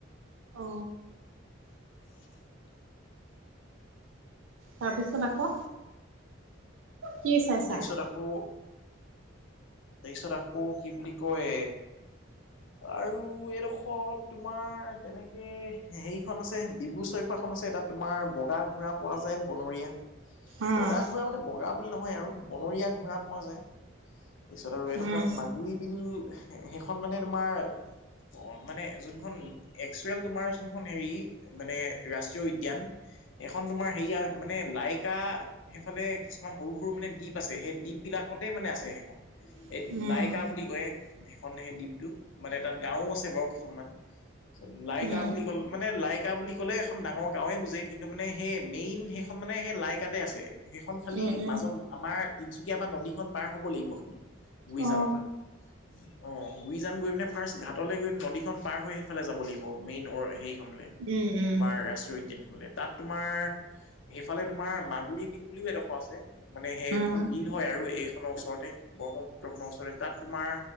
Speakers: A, on the right; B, on the left.
A: অ
B: <unintelligible>
A: তাৰপিছত আকৌ কি চাইছা?
B: তেইছত আকৌ তেইছত আকৌ কি বুলি কয় আৰু এইডোখৰত তোমাৰ তেনেকে হেৰিখন আছে ডিব্ৰু চৈখোৱা খন আছে তাত তোমাৰ বগা ঘোঁৰা পোৱা যায় বনৰীয়া
A: উম
B: বগা ঘোঁৰা মানে বগা বুলি নহয় আৰু বনৰীয়া ঘোঁৰা পোৱা যায় তাৰপিছত আৰু এডোখৰত
A: উম
B: মাগুৰী বিল সেইখন মানে তোমাৰ অ মানে যোনখন এক্সুৱেল তোমাৰ যোনখন হেৰি মানে ৰাষ্ট্ৰীয় উদ্যান এখন তোমাৰ হেৰিয়া মানে লাইকা সেইফালে কিছুমান সৰু সৰু মানে দ্বীপ আছে সেই দ্বীপ বিলাকতে মানে আছে সেইখন
A: উম
B: এই লাইকা বুলি কয় সেইখন সেই দ্বীপটো মানে তাত গাওঁ আছে বাৰু কেইখনমান লাইকা
A: উম
B: বুলি কল মানে লাইকা বুলি ক'লে এখন ডাঙৰ গাঁৱে বুজে কিন্তু মানে সেই মেইন সেইখন মানে সেই লাইকাতে আছে সেইখন খালি
A: উম উম উম
B: মাজত আমাৰ তিনচুকীয়া পা নদীখন পাৰ হ'ব লাগিব খালী গুৰিজানৰ
A: অ
B: পৰা অ গুৰিজান গৈ পিনে ফাৰ্ষ্ট ঘাটলৈ গৈ নদীখন পাৰ হৈ সেইফালে যাব লাগিব মেইন হেৰিখনলে।
A: উম উম
B: তোমাৰ ৰাষ্ট্ৰীয় উদ্যান শুলে তাত তোমাৰ সেইফালে তোমাৰ মাগুুৰী বিল বুলিও এডোখৰ আছে মানে সেইখন
A: উম
B: বিল হয় আৰু এইখনৰ ওচৰতে। ব্ৰহ্মপুত্ৰখনৰ ওচৰতে তাত তোমাৰ